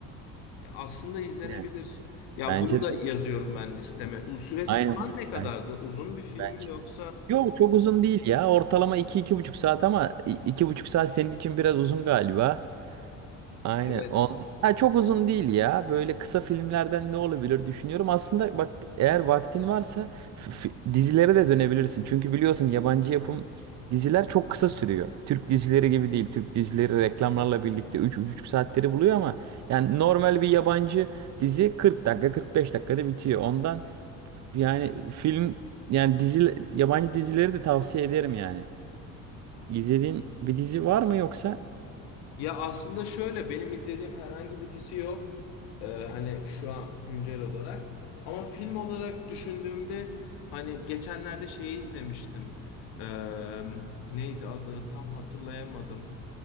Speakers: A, on the left; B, on the right.
A: Ya aslında izlenebilir.
B: Yine.
A: Ya
B: Bence
A: bunu da
B: de.
A: yazıyorum ben listeme. U süresi
B: Aynen.
A: falan ne kadardı?
B: Ben-
A: Uzun bir film
B: ben-
A: mi yoksa?
B: Yok çok uzun değil ya. Ortalama iki iki buçuk saat ama i- iki buçuk saat senin için biraz uzun galiba. Aynen.
A: Evet.
B: On... Ha, çok uzun değil ya. Böyle kısa filmlerden ne olabilir düşünüyorum. Aslında bak eğer vaktin varsa f- f- dizilere de dönebilirsin. Çünkü biliyorsun yabancı yapım diziler çok kısa sürüyor. Türk dizileri gibi değil. Türk dizileri reklamlarla birlikte üç üç buçuk saatleri buluyor ama yani normal bir yabancı dizi 40 dakika 45 dakikada bitiyor. Ondan yani film yani dizi yabancı dizileri de tavsiye ederim yani. İzlediğin bir dizi var mı yoksa?
A: Ya aslında şöyle benim izlediğim herhangi bir dizi yok. Ee, hani şu an güncel olarak. Ama film olarak düşündüğümde hani geçenlerde şeyi izlemiştim. Ee, neydi adı? Tam hatırlayamadım.